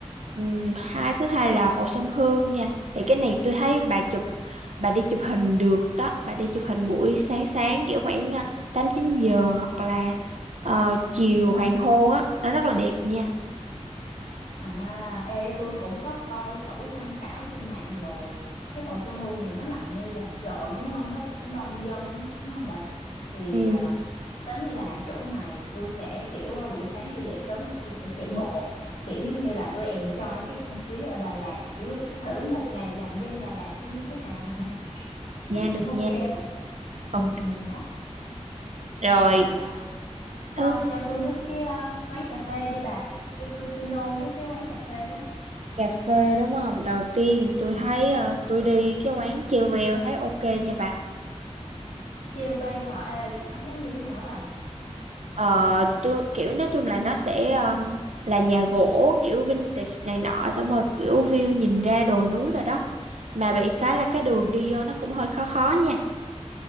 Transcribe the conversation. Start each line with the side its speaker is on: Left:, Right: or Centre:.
Right: ừ. hai thứ hai là hồ Xuân Hương nha thì cái này tôi thấy bà chụp bà đi chụp hình được đó bà đi chụp hình buổi sáng sáng kiểu khoảng à, tám chín giờ hoặc là ờ, chiều hoàng hôn á nó rất là đẹp nha
Left: à ê tôi cũng có coi thử tham khảo trên mạng rồi cái Hồ Xuân Hương này nó nằm ngay gần chợ đúng không nó cũng đông dân lắm, đúng không bà thì
Right: ừ.
Left: à, tính là chỗ này tôi sẽ kiểu à, buổi sáng tôi dậy sớm rồi tôi sẽ chạy bộ kiểu giống như là tôi enjoy cái không khí ở Đà Lạt kiểu thử một ngày làm dân Đà Lạt sẽ như thế nào <laughs>
Right: nha
Left: thấy cũng
Right: được
Left: ok
Right: nha
Left: đó
Right: Ờ,
Left: ừ, ừ, đó
Right: rồi
Left: xong rồi à, cho
Right: thứ
Left: cho tôi mấy cái ờ, quán cà phê đi bà tôi tôi tôi nôn mấy cái quán cà phê lắm
Right: cà phê đúng không? Đầu tiên tôi
Left: Ừ.
Right: thấy ờ, tôi đi cái quán Chiêu Veo thấy ok nha bà.
Left: treo veo hả ê chị quán đó như thế nào á bà
Right: Ờ, tôi kiểu nói chung là nó sẽ um, là nhà gỗ kiểu vintage này nọ xong rồi kiểu view nhìn ra đồi núi rồi đó. Mà bị cái là cái đường đi vô nó cũng hơi khó khó nha.